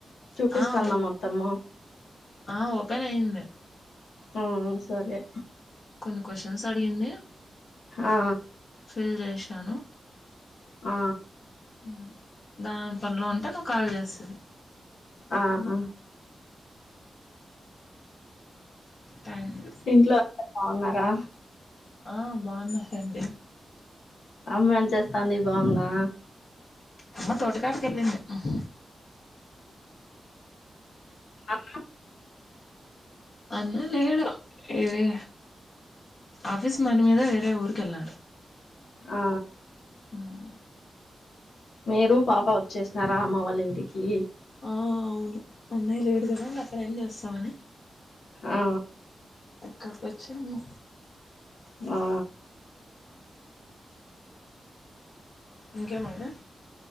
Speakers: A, on the left; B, on the left.
A: చూపిస్తాందా
B: ఆ ఓ
A: మొత్తము
B: ఆ ఓపెన్ అయింది
A: ఆ సరే
B: కొన్ని క్వశ్చన్స్ అడిగింది
A: ఆ
B: ఫిల్ చేశినాను
A: ఆ
B: ఉమ్ దాన్ పనులో ఉంటే నువ్వు కాల్ చేస్తివి
A: ఆహ
B: టైమ్స్
A: ఇంట్లో బాగున్నారా
B: ఆ బాగున్నారండి
A: అమ్మా ఏంచేస్తాంది బాగుందా
B: అమ్మ తోటకాడికెళ్ళింది ఉహ్
A: అ
B: అన్న లేడు ఇది ఆఫీస్ మని మీద వేరే ఊరికెళ్ళాడు
A: ఆ
B: ఉమ్
A: మీరు పాప వచ్చేసినరా అమ్మ వాళ్ళ ఇంటికీ
B: ఆ అవును అన్నయ్య లేడు కదా ఇంగ అక్కడ ఏం చేస్తామని.
A: ఆ
B: ఇక్కడికి వచ్చాము
A: మా
B: ఇంకేంమండి